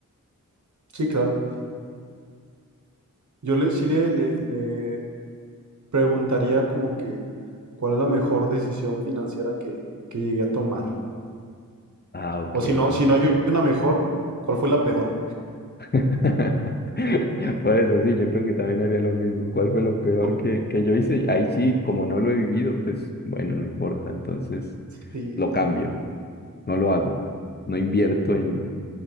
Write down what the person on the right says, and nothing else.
sí, claro. Yo le, sí le, le, le preguntaría como que cuál es la mejor decisión financiera que, que llegué a tomar.
O si no,
si no hay una mejor, ¿cuál fue la peor?
O-
sí,